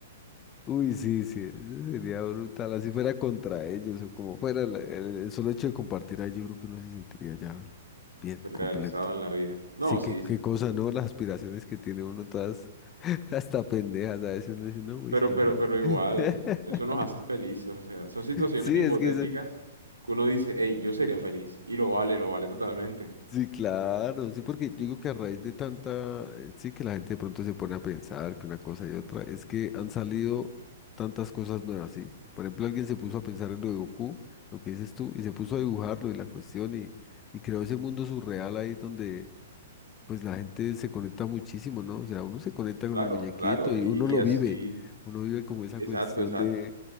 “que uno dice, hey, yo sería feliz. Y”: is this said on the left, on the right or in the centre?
Right